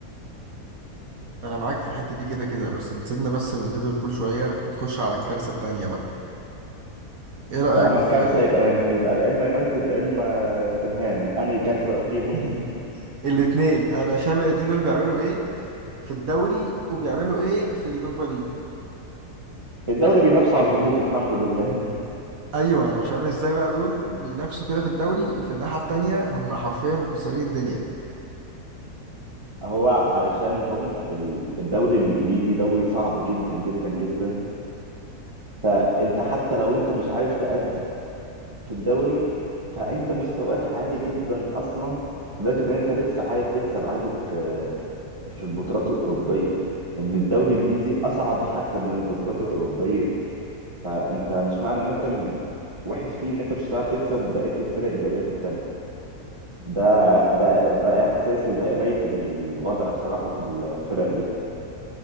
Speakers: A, on the right (about 65°); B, on the right (about 20°).
A: انا معاك في الحته دي كده كده بس نسيبنا بس من ليفربول شويه نخش على الكارثه التانيه بقى ايه رايك
B: طالما الكارثة
A: في
B: يبقى ما ينف- يبقى لا اما يونايتد لا اما توتنهام انهي كارثة فيهم
A: <laughs>
B: <laughs>
A: الاتنين انا شامل الاتنين دول بيعملوا ايه في الدوري وبيعملوا ايه في اليوروبا ليج
B: الدوري بينافسوا على الهبوط الحمد لله
A: ايوه انا مش فاهم ازاي بقى دول بينافسوا كده في الدوري وفي الناحيه التانيه هم حرفيا مكسرين الدنيا
B: <laughs> هو علشان هم ال- الدوري الانجليزي دوري صعب جدا جدا جدا انت حتى لو انت مش عارف تأدي في الدوري فانت مستواك عالي جدا اصلا لدرجه ان انت لسه عارف تكسب عادي في في البطولات الاوروبيه ان الدوري الانجليزي اصعب حتى من البطولات الاوروبيه فانت مش معنى ان انت م- وحش فيه ان انت مش هتعرف تكسب بقيه الفرق الدوريات التانيه ده ده ده احساسي وده قرايتي للوضع بصراحه في الفرق دي